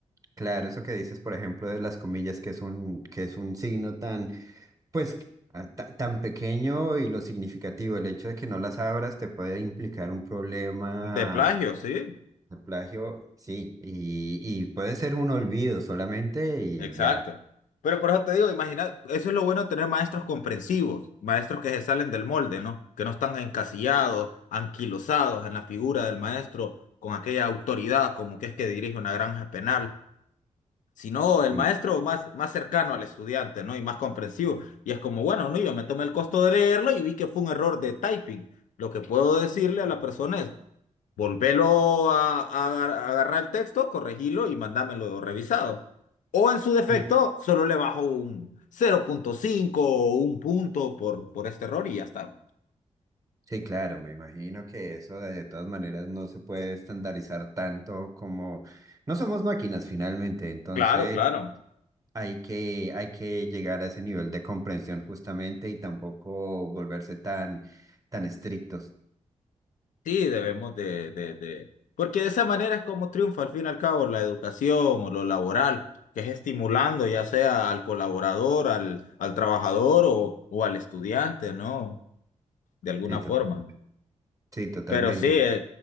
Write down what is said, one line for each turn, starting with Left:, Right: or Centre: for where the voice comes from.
Right: Claro, eso que dices, por ejemplo, de las comillas, que es un, que es un signo tan Pues a- ta- tan pequeño y lo significativo, el hecho de que no las abras te puede implicar un problema
Left: De plagio, sí,
Right: de plagio, sí, y, y puede ser un olvido solamente y
Left: exacto.
Right: ya.
Left: Pero por eso te digo, imagina, eso es lo bueno de tener maestros comprensivos, maestros que se salen del molde, ¿no? Que no están encasillados, anquilosados en la figura del maestro con aquella autoridad como que es que dirige una granja penal, sino el
Right: Sí,
Left: maestro más, más cercano al estudiante, ¿no? Y más comprensivo. Y es como, bueno, no, yo me tomé el costo de leerlo y vi que fue un error de typing. Lo que puedo decirle a la persona es volvelo a, a- agar- a agarrar el texto, corregilo y mandámelo revisado. O en su defecto,
Right: sí.
Left: solo le bajo un cero punto cinco o un punto por, por este error y ya está.
Right: Sí, claro, me imagino que eso de, de todas maneras no se puede estandarizar tanto como no somos máquinas finalmente, entonces
Left: Claro, claro.
Right: hay que, hay que llegar a ese nivel de comprensión justamente y tampoco volverse tan, tan estrictos.
Left: Sí, debemos de, de, de... Porque de esa manera es como triunfa al fin y al cabo la educación o lo laboral, que es estimulando ya sea al colaborador, al, al trabajador o, o al estudiante, ¿no? De alguna
Right: Sí, total.
Left: forma.
Right: Sí, totalmente.
Left: Pero sí, eh,